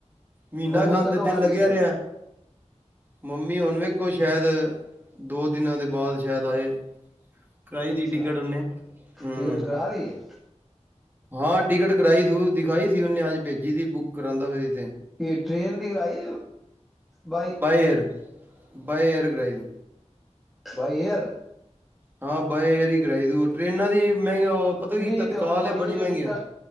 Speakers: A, on the right; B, in the centre.
A: ਮਹੀਨਾ
B: ਮੰਮੀ
A: <unintelligible>
B: ਕਦੋਂ
A: ਦੇ ਦਿਲ
B: ਆ ਰਹੀ
A: ਲੱਗਿਆ
B: ਹੈ ਫਿਰ
A: ਰਿਹਾ ਮੰਮੀ ਹੁਣ ਵੇਖੋ ਸ਼ਾਇਦ ਦੋ ਦਿਨਾਂ ਦੇ ਬਾਅਦ ਸ਼ਾਇਦ ਆਏ ਕਰਾਈ
B: ਅੱਛਾ
A: ਦੀ ਟਿਕਟ ਉਹਨੇ ਹਮ
B: ਟਿਕਟ ਕਰਾ ਲਈ ਏ
A: ਹਾਂ ਟਿਕਟ ਕਰਾਈ ਸੀ ਦਿਖਾਈ ਸੀ ਉਹਨੇ ਅੱਜ ਭੇਜੀ ਸੀ ਬੁੱਕ ਕਰਾਉਂਦਾ ਫੇਰ
B: ਇਹ ਟ੍ਰੇਨ ਦੀ ਕਰਾਈ by
A: by air by air ਕਰਾਈਏ
B: ਬਾਈ ਏਅਰ?
A: ਹਾਂ ਬਾਏ ਏਅਰ ਹੀ ਕਰਾਈ ਦੀ ਹੋਰ ਟ੍ਰੇਨਾਂ ਦੀ ਮਹਿੰਗੀ ਪਤਾ ਕੀ
B: ਨਹੀਂ
A: ਤਤਕਾਲ
B: ਤੇ ਹੁਣ ਬਾਈ
A: ਬੜੀ
B: ਏਅਰ
A: ਮਹਿੰਗੀਆਂ
B: ਦੀ